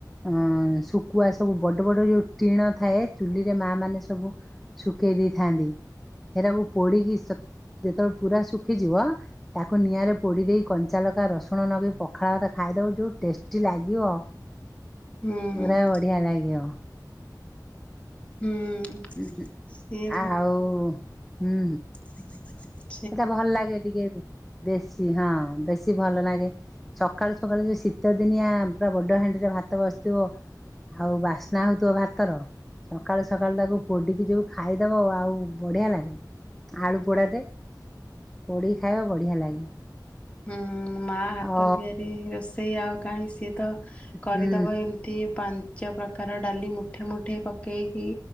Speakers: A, in the centre; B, on the left.
A: ଅ ଶୁଖୁଆ ସବୁ ବଡ଼ ବଡ଼ ଏଇ ଯୋଉ ଟିଣ ଥାଏ। ଚୁଲିରେ ମା ମାନେ ସବୁ ଶୁଖେଇ ଦେଇଥାନ୍ତି। ଏରାକୁ ପୋଡ଼ିକି ସ ଯେତେବେଳେ ପୁରା ଶୁଖିଯିବ ତାକୁ ନିଆଁରେ ପୋଡ଼ିଦେଇ କଞ୍ଚାଲକା ରସୁଣ ନଗେଇ ପଖାଳ ଭାତ ଖାଇଦବ ଯୋଉ ଟେଷ୍ଟି ଲାଗିବ।
B: ହୁଁ
A: ପୁରା
B: ହୁଁ
A: ବଢ଼ିଆ ଲାଗିବ।
B: ହୁଁ
A: ଉଁ ହୁଁ
B: ସିଏ
A: ଆଉ ହୁଁ
B: ଦ <inaudible>
A: ସେଇଟା ଭଲ ଲାଗେ ଟିକେ ବେଶୀ ହଁ ବେଶୀ ଭଲ ଲାଗେ ସକାଳୁ ସକାଳୁ ଯେଉଁ ଶୀତ ଦିନିଆ ପୁରା ବଡ ହାଣ୍ଡିରେ ଭାତ ବସିଥିବ ଆଉ ବାସ୍ନା ହଉଥିବ ଭାତର ସକାଳୁ ସକାଳୁ ତାକୁ ପୋଡିକି ଯଉ ଖାଇଦବ ଆଉ ବଢିଆ ଲାଗେ ଆଳୁ ପୋଡାଟେ ପୋଡ଼ିକି ଖାଇବ ବଢ଼ିଆ ଲାଗେ
B: ହଁ ମା ହାତ
A: ଅ
B: ତିଆରି ରୋଷେଇ ଆଉ କାହିଁ ସିଏ ତ କରିଦବ
A: ହୁଁ
B: ଏମିତି ପାଞ୍ଚ ପ୍ରକାର ଡାଲି ମୁଠେ ମୁଠେ ପକେଇକି